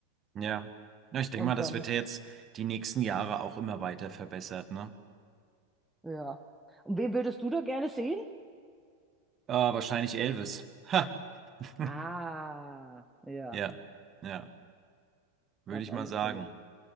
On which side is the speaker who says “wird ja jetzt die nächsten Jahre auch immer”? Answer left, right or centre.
Right